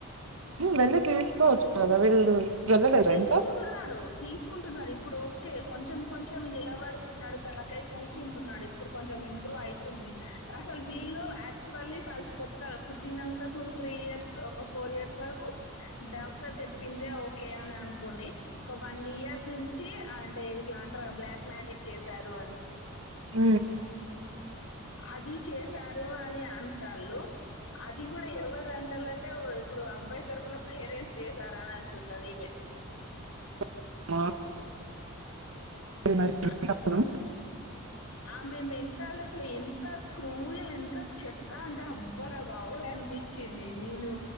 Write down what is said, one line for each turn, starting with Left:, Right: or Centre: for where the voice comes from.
Right: వెళ్ళి తీసుకోవచ్చు కదా వీళ్ళు వెళ్ళలేదా
Left: తీసుకుంటున్నారు
Right: ఇంకా
Left: తీసుకుంటున్నారు ఇప్పుడు ఓకే కొంచెం కొంచెం నిలబడుతున్నాడు తనకై కూర్చుంటున్నాడు ఇప్పుడు కొంచెం ఇంప్రూవ్ అయితుంది అసలు వీళ్ళు యాక్చువల్లీ ఫస్ట్ కొత్త పుట్టినాక టూ త్రీ ఇయర్స్ ఒక ఫోర్ ఇయర్స్ వరకు డాక్టర్ చెప్ చెప్పిందే ఓకే అని అనుకుని ఒక వన్ ఇయర్ నుంచి అంటే ఇట్లాంట బ్లాక్ మ్యాజిక్ చేశారు అని
Right: అ
Left: అది చేసారు అని అంటళ్ళు అది కూడా ఎవరు అంటాలంటే ఇప్పుడు అబ్బాయి తరపున పేరెంట్స్ చేసారని అంటున్నది ఈమె
Right: టుక్ మరి.
Left: అ
Right: ఉమ్,
Left: ఆమె మెంటల్ అసలు ఎమ్ ంత క్రూయలు ఎంత చెత్త అంటే అబ్బరా బావోయ్ అనిపించింది నేను